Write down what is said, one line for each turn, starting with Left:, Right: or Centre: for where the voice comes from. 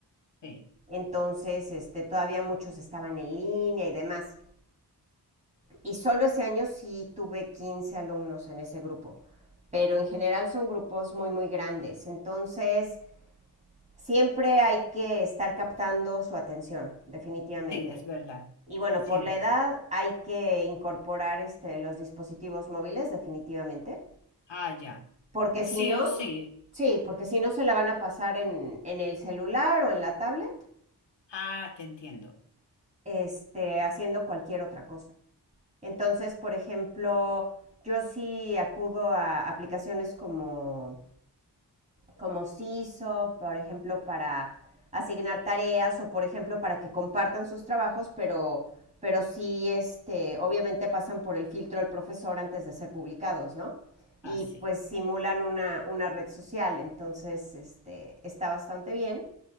Left: Sí,
Right: Entonces, este, todavía muchos estaban en línea y demás. Y solo ese año sí tuve 15 alumnos en ese grupo, pero en general son grupos muy, muy grandes. Entonces, siempre hay que estar captando su atención, definitivamente.
Left: sí, es verdad.
Right: Y bueno,
Left: Siempre.
Right: por la edad hay que incorporar este, los dispositivos móviles, definitivamente,
Left: Ah, ya.
Right: porque
Left: Sí
Right: si no,
Left: o sí.
Right: sí, porque si no se la van a pasar en, en el celular o en la tablet,
Left: Ah, te entiendo.
Right: este, haciendo cualquier otra cosa. Entonces, por ejemplo, yo sí acudo a aplicaciones como, como CISO, por ejemplo, para asignar tareas o, por ejemplo, para que compartan sus trabajos, pero, pero sí, este, obviamente pasan por el filtro del profesor antes de ser publicados, ¿no? Y
Left: Ah, sí.
Right: pues simulan una, una red social, entonces este, está bastante bien.